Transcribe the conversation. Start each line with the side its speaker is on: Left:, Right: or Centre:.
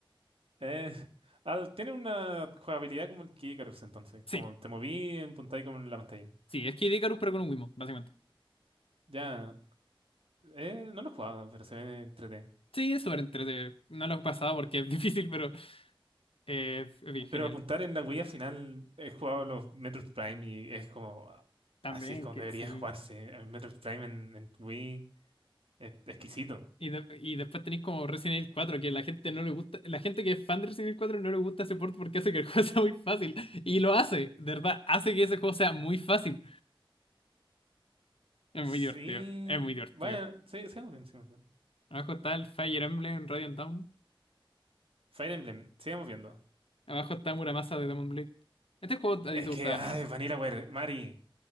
Right: Eh, <laughs> ah, tiene una jugabilidad como el Kikarus entonces.
Left: Sí,
Right: Como te moví en punta y como en la pantalla.
Left: sí, es que Icarus pero con un Wiimote, básicamente.
Right: Ya. Eh, no lo he jugado, pero se ve entrete.
Left: Sí, es súper entretenido. No lo he pasado porque es <laughs> difícil, pero eh, es bien
Right: Pero
Left: genial.
Right: apuntar en la Wii al final he jugado los Metroid Prime y es como, ah,
Left: También
Right: así es como
Left: que
Right: debería
Left: sí.
Right: jugarse. El Metroid Prime en, en Wii es exquisito.
Left: Y, de- y después tenéis como Resident Evil cuatro que la gente no le gusta, la gente que es fan de Resident Evil cuatro no le gusta ese port porque hace que el juego <laughs> sea muy fácil. Y lo hace, de verdad, hace que ese juego sea muy fácil. Es
Right: Sí,
Left: muy divertido, es muy divertido.
Right: bueno, sí, sigamos viendo, sigamos viendo.
Left: Abajo está el Fire Emblem Radiant Dawn.
Right: Fire Emblem, sigamos viendo.
Left: Abajo está Muramasa de Demon Blade. Este juego
Right: Es
Left: a ti te
Right: que,
Left: gustaba,
Right: ay,
Left: ¿no?
Right: Vanillaware, Mari,